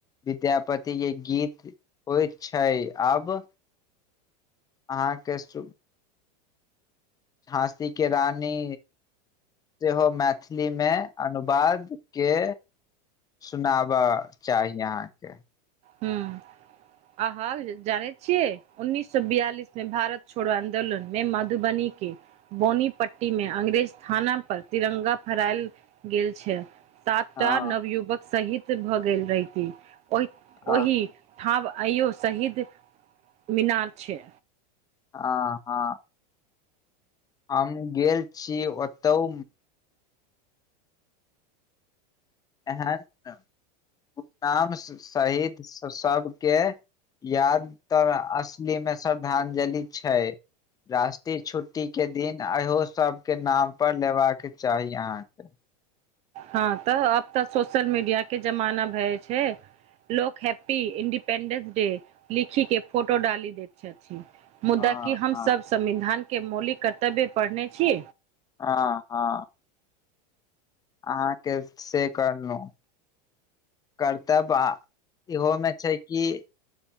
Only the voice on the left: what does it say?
विद्यापति के गीत होइ छै आब अहाँ के सु झाँसी के रानी जेहो मैथिलीमे अनुवाद के सुनाबऽ चाही अहाँके
हँ
हँ
आ हाँ हम गेल छी ओतहु एहन <inaudible> मुकताब स-सहित स-सबके इयाद तर असली मे श्रद्धांजलि छै राष्ट्रीय छुट्टी के दिन आ इहो सबके नाम पर नेबाक चाही अहाँकेँ
हँ
हँ
आँ हाँ अहाँकेँ <inaudible> से कहलहुँ कर्तब आ इहोमे छै कि